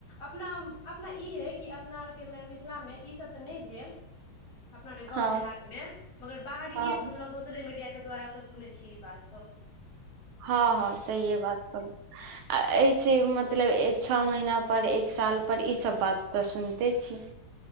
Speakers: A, on the left; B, on the right.
A: अपना अपना ई है कि अपना आरके मिथिलामे ईसभ तऽ नहि भेल अपना गाँव
B: हँ
A: देहातमे मगर बाहरिये
B: हँ
A: सुनलहुँ सोशल मीडिय के द्वारा सुनेै छिये इ बात सब
B: हँ हँ सहिए बात कहलौ आ एहिसँ मतलब छ महीना पर एक साल पर ईसभ बात तऽ सुनिते छी